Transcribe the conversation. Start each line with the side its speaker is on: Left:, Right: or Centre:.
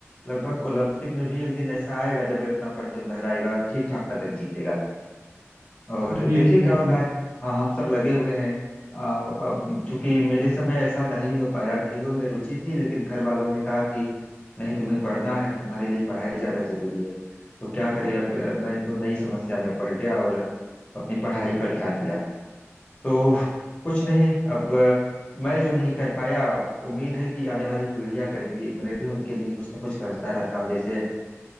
Left: लगभग ओलंपिक में भी एक दिन ऐसा आएगा जब ये अपना परचम लहराएगा और ठीक ठाक पदक जीतेगा और
Right: जी
Left: देखिए
Right: जी
Left: क्या
Right: बिल्कुल
Left: होता है हाँ हम सब लगे हुए हैं आ, अब चूंकि मेरे समय ऐसा नहीं हो पाया खेलों में रुचि थी लेकिन घर वालों ने कहा कि नहीं तुम्हें पढ़ना है तुम्हारे लिए पढ़ाई ज्यादा जरूरी है तो क्या करें अब अ, मैं तो नई समस्या में पड़ गया और अपनी पढ़ाई पर ध्यान दिया तो कुछ नहीं अब अ, मैं जो नहीं कर पाया उम्मीद है कि आने वाली पीढ़ियां करेंगी मैं भी उनके लिए कुछ ना कुछ करता रहता हूँ जैसे